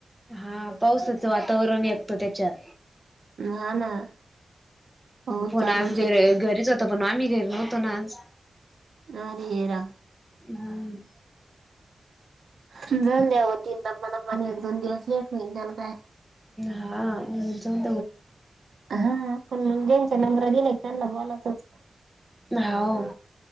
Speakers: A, in the centre; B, on the right.
A: हा पावसाचं वातावरण एकतं त्याच्यात.
B: हा ना हो
A: फोन
B: चालूच
A: आज घर
B: आहे
A: घरीच हो तो पण आम्ही देत नव्हतो ना आज.
B: अ रेरा
A: हम.
B: दऊन द्या होती मला मन एक दोन दिवस लेट म त्याला काय.
A: हा जा.
B: हा पण ज्यांचे नंबरा दिले त्यांना बोलातच.
A: जााऊ.